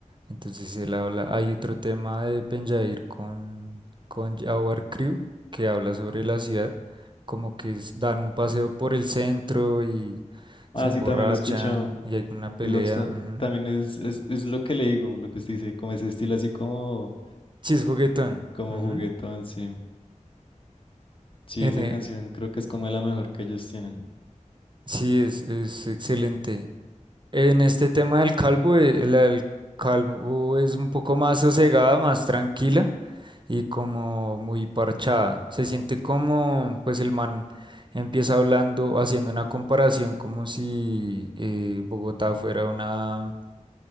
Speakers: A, on the right; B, on the left.
A: Entonces si él habla, hay otro tema de Penjair con, con Jawar Crew que habla sobre la ciudad, como que s- dan un paseo por el centro y
B: Ah,
A: se emborrachan
B: sí, también lo he escuchado.
A: y hay como una pelea.
B: Es bastante,
A: ujú.
B: también es, es, es lo que le digo, lo que usted dice, como ese estilo así como,
A: Sí, es juguetón.
B: como
A: ujú.
B: juguetón, sí. Sí,
A: En,
B: esa
A: eh,
B: Sí. canción creo que es como la mejor que ellos tienen.
A: sí, es, es excelente. En este tema del calvo, eh, la del calvo es un poco más sosegada, más tranquila. y como muy parchada. Se siente como, pues el man empieza hablando, haciendo una comparación como si eh, Bogotá fuera una